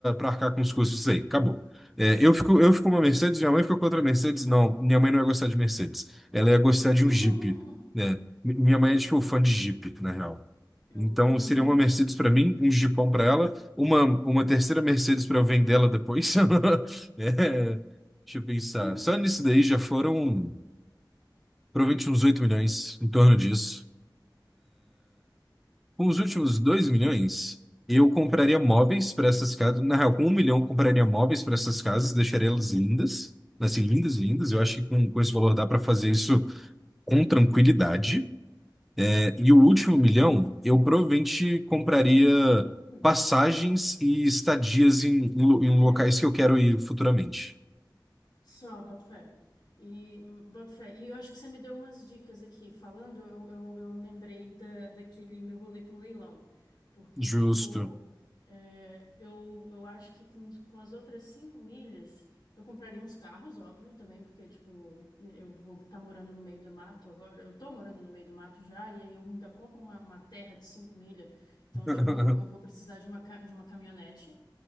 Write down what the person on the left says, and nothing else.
<laughs>
Boa.
Eu.
Uhum.
<laughs>
Uhum.
Uhum.
Uhum.
Só, boto fé. E hum, boto fé. E eu acho que você me deu umas dicas aqui. Falando, eu, eu, eu lembrei da, daquele meu rolê com leilão. Porque,
tipo, é, eu, eu acho que com, com as outras cinco milhas, eu compraria uns carros, óbvio, também, porque, tipo, eu vou estar morando no meio do mato agora. Eu tô morando no meio do mato já, e aí eu ainda compro uma, uma terra de cinco milhas. Então,
tipo, eu vou precisar de uma, ca- de uma caminhonete.